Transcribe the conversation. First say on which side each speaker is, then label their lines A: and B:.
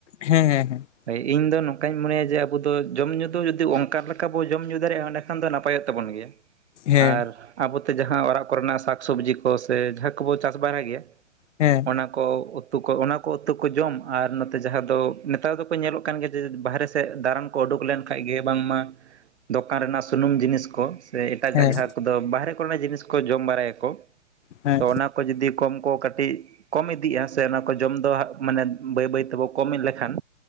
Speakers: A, on the left; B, on the right.
A: ᱦᱮᱸ ᱦᱮᱸ ᱦᱮᱸ᱾
B: ᱦᱳᱭ ᱤᱧ ᱫᱚ ᱱᱚᱝ ᱠᱟᱧ ᱢᱚᱱᱮᱭᱟ ᱡᱮ ᱟᱵᱚ ᱫᱚ ᱡᱚᱢ ᱧᱩ ᱫᱚ ᱡᱩᱫᱤ ᱚᱱᱠᱟ ᱞᱮᱠᱟ ᱵᱚ ᱡᱚᱢ ᱧᱩ ᱫᱟᱲᱮᱭᱟᱜ-ᱟ ᱮᱸᱰᱮᱠᱷᱟᱱ ᱫᱚ ᱱᱟᱯᱟᱭ-ᱚᱜ ᱛᱟᱵᱚᱱ ᱜᱮᱭᱟ᱾
A: ᱦᱮᱸ
B: ᱟᱨ ᱟᱵᱚ ᱛᱮ ᱡᱟᱦᱟᱸ ᱚᱲᱟᱜ ᱠᱚᱨᱮᱱᱟᱜ ᱥᱟᱠ-ᱥᱚᱵᱡᱤ ᱠᱚ ᱥᱮ ᱡᱟᱦᱟᱸ ᱠᱚᱵᱚ ᱪᱟᱥ ᱵᱟᱲᱟᱭ ᱜᱮᱭᱟ,
A: ᱦᱮᱸ᱾
B: ᱚᱱᱟ ᱠᱚ ᱩᱛᱩ ᱠᱚ ᱚᱱᱟ ᱠᱚ ᱩᱛᱩ ᱠᱚ ᱡᱚᱢ ᱟᱨ ᱱᱚᱛᱮ ᱡᱟᱦᱟᱸ ᱫᱚ ᱱᱮᱛᱟᱨ ᱫᱚᱠᱚ ᱧᱮᱞᱚᱜ ᱠᱟᱱ ᱜᱮᱭᱟ ᱡᱮ ᱵᱟᱦᱨᱮ ᱥᱮᱫ ᱫᱟᱲᱟᱱ ᱠᱚ ᱩᱰᱩᱠ ᱞᱮᱱ ᱠᱷᱟᱡ ᱜᱮ ᱵᱟᱝᱢᱟ ᱫᱚᱠᱟᱱ ᱨᱮᱱᱟᱜ ᱥᱩᱱᱩᱢ ᱡᱤᱱᱤᱥ ᱠᱚ ᱥᱮ ᱮᱴᱟᱜᱟᱜ
A: ᱦᱮᱸ
B: ᱡᱟᱦᱟᱸ ᱠᱚᱫᱚ ᱵᱟᱦᱨᱮ ᱠᱚᱨᱮᱱᱟᱜ ᱡᱤᱱᱤᱥ ᱠᱚ ᱡᱚᱢ ᱵᱟᱲᱟᱭᱟ ᱠᱚ,
A: ᱦᱮᱸ᱾
B: ᱛᱚ ᱚᱱᱟ ᱠᱚ ᱡᱩᱫᱤ ᱠᱚᱢ ᱠᱚ ᱠᱟᱹᱴᱤᱡ ᱠᱚᱢ ᱤᱫᱤᱜ-ᱟ ᱥᱮ ᱚᱱᱟ ᱠᱚ ᱡᱚᱢ ᱫᱚ ᱦᱟᱸᱜ ᱢᱟᱱᱮ ᱵᱟᱹᱭ ᱵᱟᱹᱭ ᱛᱮᱵᱚᱱ ᱠᱚᱢ ᱞᱮᱠᱷᱟᱱ